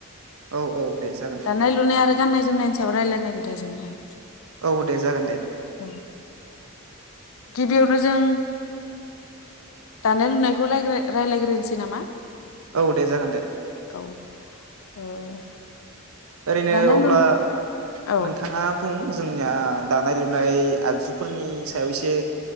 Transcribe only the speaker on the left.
दानाय लुनाय आरो गान्नाय जोमनायनि‌ सा सायाव रायलायनो नागिरदों जों औ।
औ गिबियावनो जों दानाय लुनायखौ रायज्लायग्रोनोसै नामा?
औ <inaudible>
दानाय
लुन औ